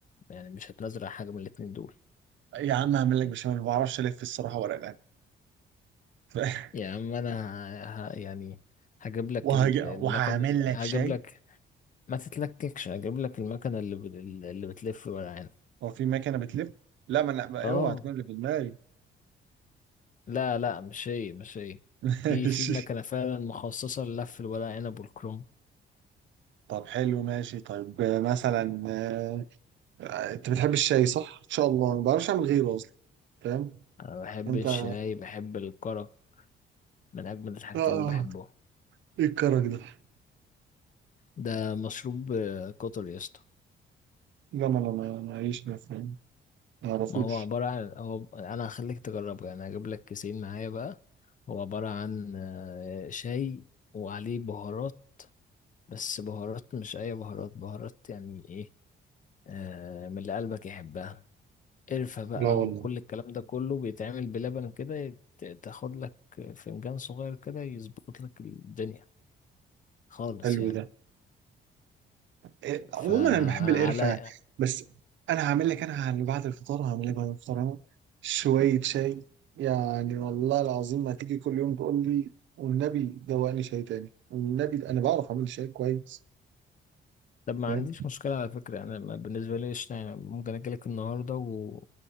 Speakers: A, on the left; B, on the right.
A: يعني مش هتنزل حاجه من الاتنين دول
B: يا عم هعمل لك بشاميل ما بعرفش الف الصراحه ورق العنب <laughs>
A: يا عم انا ه... ه- يعني هجيب لك
B: وهج...
A: ال-
B: وهعمل
A: المكنه هجيب
B: لك شاي
A: لك ما تتلككش هجيب لك المكنه اللي ب... اللي بتلف الورق عنب
B: هو في مكنه بتلف لا ما انا ما-
A: اه
B: اوعى تكون اللي في دماغي
A: لا لا مش هي مش هي
B: <laughs>
A: في
B: ماشي
A: في مكنه فعلا مخصصه للف الورق عنب والكرنب
B: طب حلو ماشي طيب آه، مثلا آه، آه، انت بتحب الشاي صح؟ ان شاء الله ما بعرفش اعمل غيره اصلا فاهم؟
A: أنا بحب
B: انت
A: الشاي
B: اه
A: بحب الكرك من أجمل الحاجات
B: آه،
A: اللي بحبها
B: ايه الكرك ده؟
A: ده مشروب آه، قطر يا اسطى
B: لا ما انا ما- معيش ما فاهم ما اعرفوش
A: ما هو عبارة عن هو أنا هخليك تجربه يعني هجيب لك كيسين معايا بقى هو عبارة عن آه، شاي وعليه بهارات بس بهارات مش أي بهارات بهارات يعني إيه آه، من اللي قلبك يحبها قرفة بقى
B: لا والله
A: وكل الكلام ده كله بيتعمل بلبن كده يت- تاخد لك فنجان صغير كده يظبط لك الدنيا خالص
B: حلو
A: يعني
B: ده إيه، عموما
A: فعلى
B: انا بحب القرفه يعني بس انا هعمل لك انا اللي بعد الفطار هعمل لك بعد الفطار انا شويه شاي يعني والله العظيم ما تيجي كل يوم تقول لي والنبي دوقني شاي تاني والنبي انا بعرف اعمل شاي كويس
A: طب ما
B: فاهم
A: عنديش مشكلة على فكرة يعني أنا ما- بالنسبة لي قشطة يعني ممكن أجيلك النهاردة و...